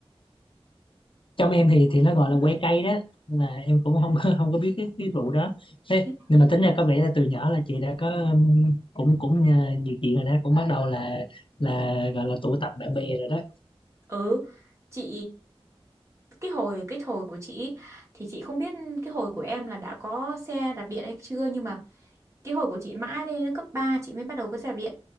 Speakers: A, on the left; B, on the right.
A: trong em thì thì nó gọi là que cây đó là em cũng không có không có biết cái cái vụ đó thế
B: Thế-
A: nhưng mà tính ra có vẻ là từ nhỏ là chị đã có um, cũng cũng uh, nhiều chuyện rồi đó cũng bắt đầu là là gọi là tụ tập bạn bè rồi đó
B: ừ chị cái hồi cái hồi của chị ý, thì chị không biết cái hồi của em là đã có xe đạp điện hay chưa nhưng mà cái hồi của chị mãi lên đến cấp 3 chị mới bắt đầu có xe đạp điện